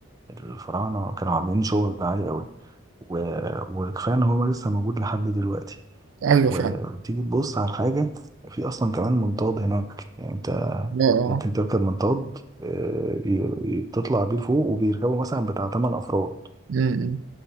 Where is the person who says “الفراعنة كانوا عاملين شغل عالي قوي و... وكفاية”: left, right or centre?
Right